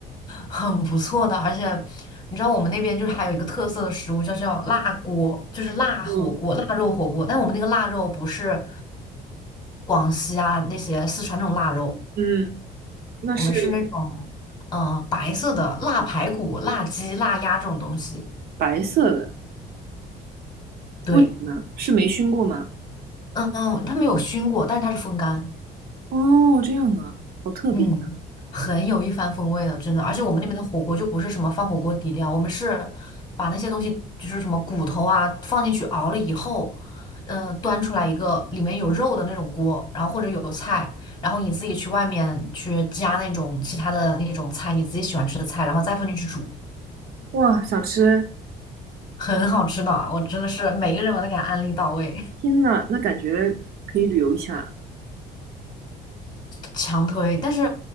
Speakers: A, on the left; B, on the right.
A: 很不错的，而且你知道我们那边就是还有一个特色的食物，叫叫辣锅，就是辣火锅、
B: 嗯
A: 腊肉火锅。但我们那个腊肉不是广西啊那些四川那种腊肉，
B: 嗯，那是
A: 我们是那种嗯、呃白色的腊排骨、腊鸡、腊鸭这种东西。
B: 白色的，
A: 对，
B: 为什么呢？是没熏过吗？
A: 嗯嗯，它没有熏过，但是它是风干。
B: 哦，这样啊，好特别
A: 嗯，很有一番风味的，真的。而且我们那边的火锅就不是什么放火锅底料，我们是把那些东西，就是什么骨头啊，放进去熬了以后，嗯、端出来一个里面有肉的那种锅，然后或者有菜，然后你自己去外面去加那种其他的那种菜，你自己喜欢吃的菜，然后再放进去煮，
B: 哇！想吃，
A: 很好吃的。我真的是每个人我都给他安利到位。
B: 天呐，那感觉可以旅游一下。
A: 强推，但是，